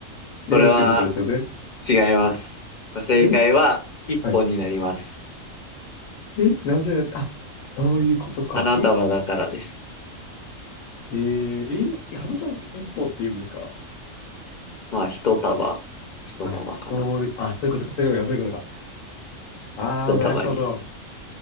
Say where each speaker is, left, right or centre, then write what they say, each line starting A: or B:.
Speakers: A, on the left (about 80°); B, on the left (about 55°).
A: 違うってことですよね。
B: これは違います。正解は1本になります。
A: え、はい。え、なんで、あ、そういうことか。
B: 花束だからです。
A: え、えーえ、花束って1本って言うんですか
B: まあ、1束、1束かな。
A: はい、そうい、あ、そういうことか、そういうことか、そういうことか。あー、
B: 1束に。
A: なるほど。